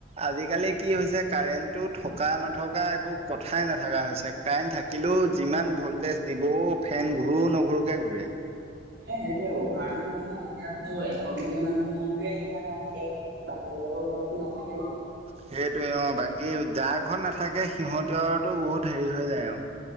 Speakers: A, on the right; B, on the right.
A: আজিকালি কি হৈছে কাৰেণ্টটো থকা নথকা একো কথাই নথকা হৈছে কাৰেণ্ট থাকিলেও যিমান ভল্টেজ দিব ফেন ঘূৰো নঘুৰোকে ঘূৰে।
B: এ সেইটো অভাৰলোড হোৱা ন এতিয়া তো এঘৰ দুঘৰ মানুহতে ইনভাৰ্টাৰ বাকী বিলাকৰ ঘৰতো নাথাকে ন।
A: সেইটোৱে অ বাকী যা ঘৰত নাথাকে সিহঁতোৰ বহুত হেৰি হৈ যায় আৰু